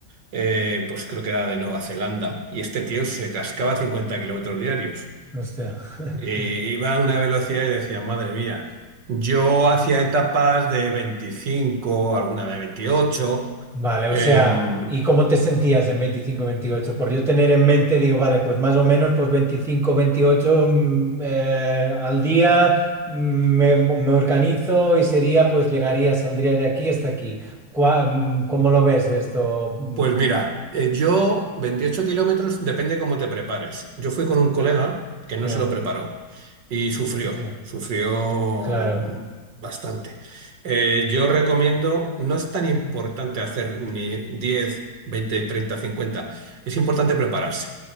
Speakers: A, on the right; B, in the centre.
A: eh, pues creo que era de Nueva Zelanda, y este tío se cascaba 50 kilómetros diarios.
B: o sea. <laughs>
A: Eh, iba a una velocidad y decía, madre mía, yo hacía etapas de 25, alguna de 28.
B: Vale,
A: Em,
B: o sea, ¿y cómo te sentías en veinticinco veintiocho Por yo tener en mente, digo, vale, pues más o menos, pues veinticinco veintiocho mm, eh, al día mm, me, me organizo y sería, pues llegaría, saldría de aquí hasta aquí. Cua- mm, ¿Cómo lo ves esto? Mm,
A: pues mira, eh, yo 28 kilómetros, depende cómo te prepares. Yo fui con un colega que no
B: eh,
A: se lo preparó y sufrió,
B: ya,
A: sufrió
B: Claro,
A: bastante. Eh, yo recomiendo, no es tan importante hacer ni 10, 20, 30, 50, es importante prepararse.